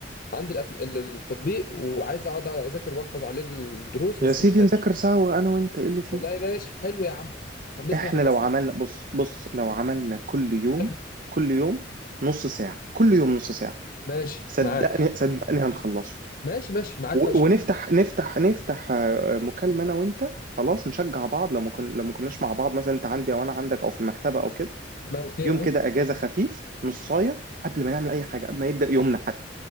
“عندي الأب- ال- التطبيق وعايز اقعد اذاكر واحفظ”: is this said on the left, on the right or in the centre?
Left